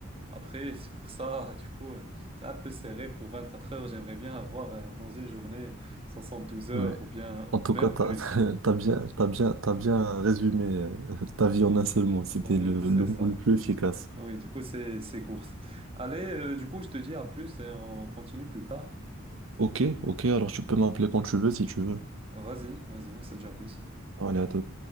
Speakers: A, on the right (about 30°); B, on the right (about 75°).
A: Après, <laughs> c'est pour ça, du coup, euh, c'est un peu serré pour 24 heures. J'aimerais bien avoir euh, dans une journée soixante douze heures
B: Ouais.
A: ou bien
B: En tout
A: même
B: cas, t'as,
A: plus.
B: <laughs> t'as bien, t'as bien, t'as bien résumé euh, <laughs> ta vie en un seul mot. C'était
A: Oui,
B: le,
A: c'est
B: le mot
A: ça.
B: le plus efficace.
A: Euh, Oui, du coup, c'est c'est course. Allez, euh, du coup, je te dis à plus et on continue plus tard.
B: Ok, ok, alors tu peux m'appeler quand tu veux si tu veux.
A: Vas-y, vas-y, on se dit à plus.
B: Allez, à toute.